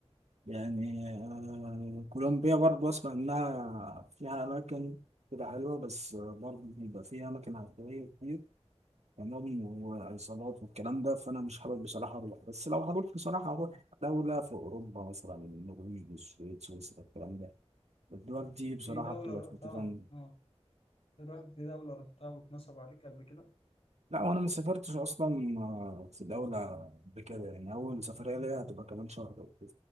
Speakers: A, on the right; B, on the left.
A: يعني آه، كولومبيا برضو اسمع انها فيها اماكن كده حلوة بس آه، برضو بيبقى فيها اماكن عشوائية كتير تمام وعصابات والكلام ده فانا مش حابب بصراحه اروح بس لو هروح بصراحه هروح دوله في اوروبا مثلا النرويج السويد سويسرا الكلام ده الدول دي بصراحه
B: في دولة
A: بتبقى
B: رحتها
A: في حته تانية
B: آه رحت في دولة رحتها واتنصب عليك قبل كده
A: لا وانا ما سافرتش اصلا آه، في دوله قبل كده يعني اول سفريه ليا هتبقى كمان شهر أو كده